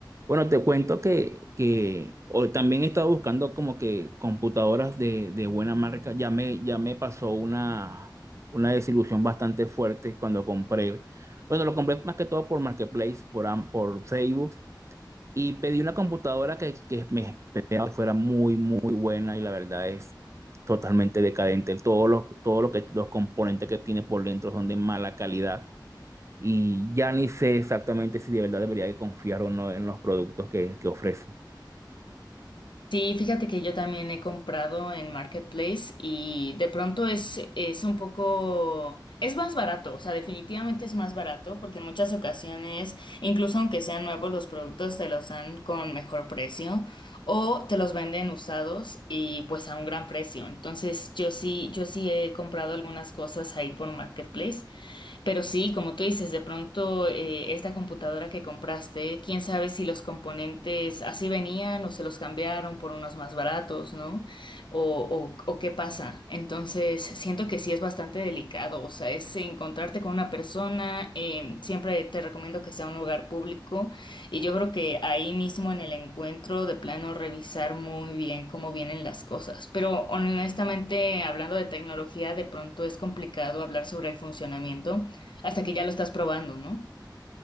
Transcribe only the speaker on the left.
Sí, fíjate que yo también he comprado en Marketplace y de pronto es, es un poco, es más barato, o sea, definitivamente es más barato porque en muchas ocasiones, incluso aunque sean nuevos, los productos te los dan con mejor precio o te los venden usados y pues a un gran precio. Entonces yo sí, yo sí he comprado algunas cosas ahí por Marketplace. Pero sí, como tú dices, de pronto eh, esta computadora que compraste, quién sabe si los componentes así venían o se los cambiaron por unos más baratos, ¿no? O, o, o qué pasa. Entonces, siento que sí es bastante delicado, o sea, es encontrarte con una persona, eh, siempre te recomiendo que sea un lugar público y yo creo que ahí mismo en el encuentro de plano revisar muy bien cómo vienen las cosas. Pero honestamente, hablando de tecnología, de pronto es complicado hablar sobre el funcionamiento. Hasta que ya lo estás probando, ¿no?